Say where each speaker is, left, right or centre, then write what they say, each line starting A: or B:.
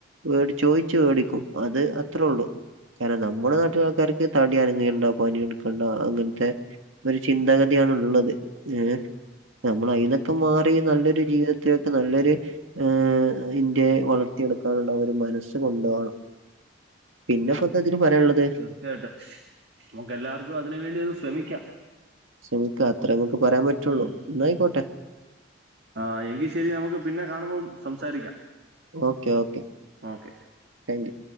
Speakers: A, on the right; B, on the right.
A: വെടി ചോയിച്ച് മേടിക്കും അത് അത്രേ ഉള്ളൂ കാരണം നമ്മുടെ നാട്ടി മറ്റ് ആൾക്കാർക്ക് തടി അനങ്ങേണ്ട പണി എടുക്കണ്ട അങ്ങനത്തെ ഒരു ചിന്താഗതിയാണ്ള്ളത് ഏഹ് നമ്മൾ അയീനൊക്കെ മാറി നല്ലൊരു ജീവിതത്തിലെക്ക് നല്ലൊരു ഏഹ് ഇന്ത്യയെ വളർത്തിയെടുക്കാനുള്ള ഒരു മനസ്സ് കൊണ്ടൊപണം പിന്നെ ഫെന്താ തില് പറയാള്ളത്
B: ചയായിട്ടും നമുക്ക് എല്ലാർക്കും അതിന് വേണ്ടി ഒന്ന് ശ്രമിക്കാം
A: ശ്രമിക്കാ, അത്രേ നമുക്ക് പറയാൻ പറ്റുള്ളൂ.
B: ഉം.
A: എന്നായിക്കോട്ടെ.
B: ആ എങ്കിൽ ശരി നമുക്ക് പിന്നെ കാണുമ്പം സംസാരിക്കാം.
A: Okay okay
B: okay
A: thank you.